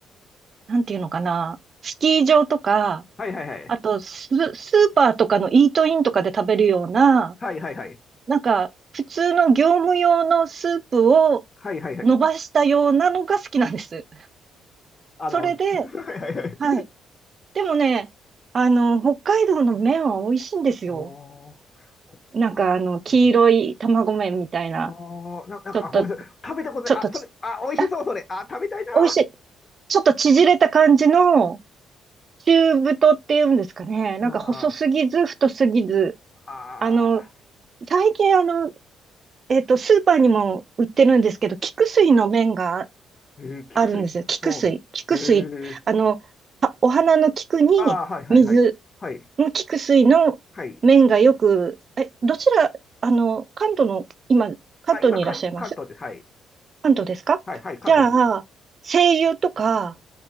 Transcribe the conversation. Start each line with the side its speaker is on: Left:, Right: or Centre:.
Right: なんていうのかな、スキー場とか、
Left: はい、はい、はい。
Right: あとス、スーパーとかのイートインとかで食べるような、
Left: はい、はい、はい。
Right: なんか、普通の業務用のスープを
Left: はい、はい、はい。
Right: 伸ばしたようなのが好きなんです。
Left: あの、
Right: それで、
Left: <laughs> はい、はい、はい。
Right: はい。でもね、あの、北海道の麺は美味しいんですよ。
Left: おー、そっか。
Right: なんかあの、黄色い卵麺みたいな、
Left: うんおー、な、なんか、
Right: ちょっと、
Left: あ、ごめんなさい。食べたことない。
Right: ちょっとち、
Left: あ、それ、あ、美味しそう、
Right: あ、
Left: それ。あ、食べたいな。
Right: 美味しい。ちょっと縮れた感じの、中太っていうんですかね。なんか細すぎず、
Left: ああ
Right: 太すぎず。
Left: ああ
Right: あの、最近あの、えっと、スーパーにも売ってるんですけど、菊水の麺が
Left: えー、菊水。
Right: あるんですよ。菊水。
Left: うん。
Right: 菊水。
Left: へえ。
Right: あの、あお花の菊に水
Left: ああ、はい、はい、はい。はい、
Right: の菊水の面がよく、
Left: はい。
Right: え、どちら、あの、関東の、今、関東にいらっしゃいます
Left: あ、今、関、関東です。はい。
Right: 関東ですかじゃあ、
Left: はい、はい、関東です。
Right: 精油とか